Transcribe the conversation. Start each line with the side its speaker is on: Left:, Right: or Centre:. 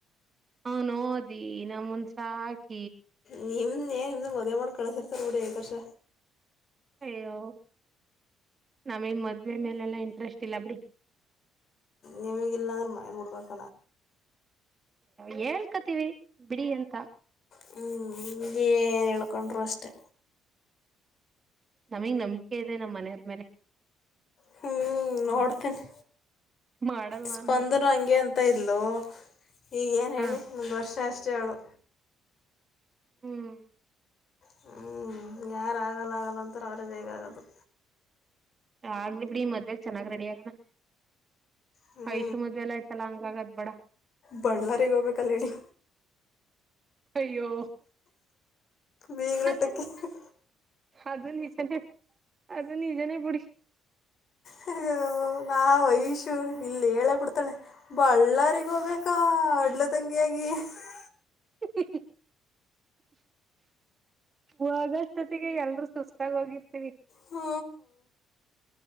Right: ನಾವು ಓದಿ ನಮ್ಮ ಸಾಕಿ
Left: ನಿಮ್ದೇನ್ ನಿಮ್ದ ಮದುವೆ ಮಾಡಿ ಕಳಸರ್ತಾರ ಬಿಡಿ ಕರ್ಷ
Right: ಅಯ್ಯೋ ನಮಿಗ್ ಮದ್ವೆ ಮೇಲೆಲ್ಲಾ ಇಂಟ್ರೆಸ್ಟ್ ಇಲ್ಲ ಬಿಡಿ
Left: ನಿಮಗೆಲ್ಲ ಅ ಮಾಡಡ್ಬೇಕ
Right: ಹೇಳ್ಕತಿೀವಿ ಬಿಡಿ ಅಂತ
Left: ಹ್ಞ ಏನು ಹೇಳ್ಕೊಂಡ್ರು ಅಷ್ಟೇ
Right: ನಮಗ್ ನಂಬಿಕೆ ಇದೆ ನಮ್ಮ ಮನೆಯವರ್ ಮೇಲೆ
Left: ಹ್ಮ್
Right: ಹ್ಮ್
Left: ನೋಡ್ತೀನಿ
Right: ಮಾಡಲ್ಲ
Left: ಸ್ಪಂದರು
Right: ಅನ್ನೋದು
Left: ಹಂಗೆ ಅಂತ ಇಲು ಈಗ ಏನು
Right: ಹ
Left: ಹೇಳಿ ಒಂದು ವರ್ಷ ಅಷ್ಟು ಜಳೋ
Right: ಹ್ಮ್
Left: ಹ ಯಾರಾಗಲ್ಲ ಆಗಲ್ಲಂತಾರೆ ಅವ್ರೇ ಬೇೇಕಾಗದು
Right: ಆಗ್ಲಿ ಬಿಡಿ ಮದ್ವೆಗ ಚೆನ್ನಾಗ್ ರೆಡಿ ಆಗನ
Left: ಹ್ಞೂ
Right: ಐಶೂ ಮದುವೆ ಎಲ್ಲ ಆಯ್ತಲ್ಲ ಹಂಗಾಗದ್ ಬೇಡ
Left: ಬಳ್ಳಳ್ಳಾರಿಗೆ ಹೋಗ್ಬೇಕಲ್ಲ ನೀ
Right: ಅಯ್ಯೋ
Left: ಬೀಗರೂಟಕ್ಕೆ
Right: ಅದ ಅದು ನಿಜನೇ ಅದು ನಿಜನೇ ಬಿುಡಿ
Left: ಹ್ಮ ಅಯ್ಯೋ ನಾವು ಐಶೂ ಇಲ್ಲಿ ಹೇಳೇ ಬಿಡ್ತಾಳೆ ಬಳ್ಳಾರಿಗ ಹೋಗ್ಬೇಕ ಅಡ್ಲದಂಗೆ <unintelligible>
Right: <unintelligible> ಹಿ ಹಿ ವೊಗೋಷ್ಟೊತ್ತಿಗೆ ಎಲ್ರ ಸುಸ್ತಾಗೂಗಿರ್ತೀವಿ.
Left: ಹು